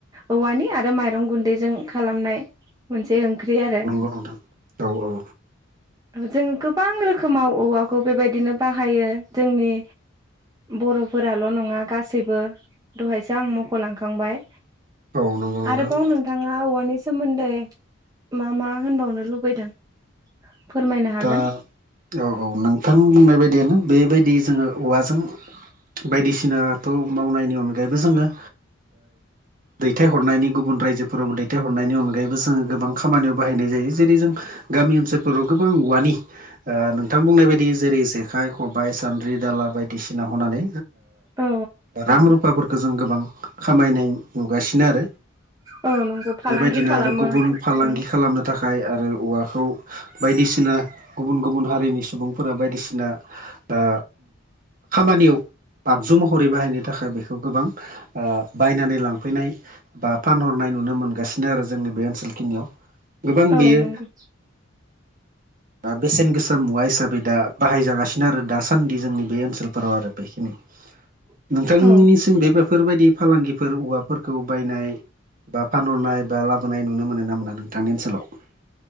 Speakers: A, on the right (about 20°); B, on the right (about 40°).
A: औवानि आरो माइरं गुन्दैजों खालामनाय मोनसे ओंख्रि आरो
B: औ नोंथां औ औ
A: जोङो गोबां रोखोमाव औवाखौ बेबायदिनो बाहायो जोंनि। बर'फोराल' नङा गासैबो दहायसो आं मख'लांखांबाय
B: औ नंगौ नोंथां
A: आरोबाव नोंथाङा औवानि सोमोन्दै मा मा होनबावनो लुबैदों फोरमायनो हागोन
B: दा औ औ नोंथां बुंनाय बायदियानो बेबायदि जोङो औवाजों बायदिसिनाथ' मावनायनि अनगायैबो जोङो दैथायहरनायनि गुबुन रायजोफोराव दैथायहरनायनि अनगायैबो जोङो गोबां खामानियाव बाहायनाय जायो जेरै जों गामि ओनसोलफोराव गोबां औवानि नोंथां बुंनाय बायदि जेरै जेखाइ खबाइ सान्द्रि दाला बायदिसिना हनानै
A: औ
B: रां रुफाफोरखौ जों गोबां खामायनाय नुगासिनो आरो।
A: औ नंगौ फालांगि
B: बेबायदिनो
A: खालामो
B: आरो गुबुन फालांगि
A: ओं
B: खालामनो थाखाय आरो औवाखौ बायदिसिना गुबुन गुबुन हारिनि सुबुंफोरा बायदिसिना दा खामानियाव आगजु महरै बाहायनो थाखाय बेखौ गोबां बायनानै लांफैनाय बा फानहरनाय नुनो मोनगासिनो आरो जोंनि बे ओनसोल खिनियाव गोबां
A: औ
B: बेयो
A: नंगौ
B: बेसेन गोसा मुवा हिसाबै दा बाहायजागासिनो आरो दासान्दि जोंनि बे ओनसोलफोराव आरो बेखिनि
A: <inaudible>
B: नोंथांनिसिम
A: औ
B: बे बेफोरबायदि फालांगिफोर औवाफोरखौ बायनाय बा फानहरनाय बा लाबोनाय नुनो मोनो ना मोना नोंथांनि ओनसोलाव